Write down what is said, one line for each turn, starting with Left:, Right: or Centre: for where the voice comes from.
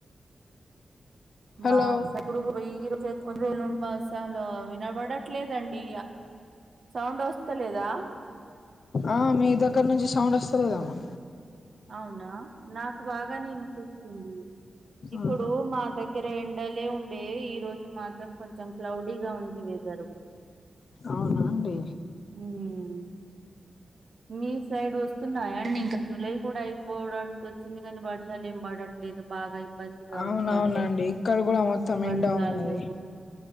Left: హలో
Right: మా సై ఇప్పుడుయ రోజ కొంచన్ని రోజలు నుండి మాసంలో వినబడట్లేదండి సౌండ్ ఓస్తా లేదా
Left: ఆ మీ దగ్గర నుంచి సౌండ్ వస్తాలేదెఆమె
Right: అవునా నాకు బాగానే వినిపిస్తుంది ఇప్పుడు
Left: ఆహా
Right: మా దగ ఇక్కర ఎండలే ఉండే ఈ రోజు మాత్రం కొంచెం క్లౌడీగా ఉంది వెదరు
Left: అవునా అండి
Right: మ్ మీ సైడ్ వస్తున్నాయాండి ఇంకా జులై కూడా అయిపోవడానికి వచ్చింది కానీ వర్షాలు ఏం పడట లేదు బాగా ఇబ్బందిగా
Left: అవునవునండి
Right: ఉంది అందరికి
Left: ఇక్కడ కూడా మొత్తం
Right: వారిశాలు
Left: ఎండ ఉన్నది
Right: లేవు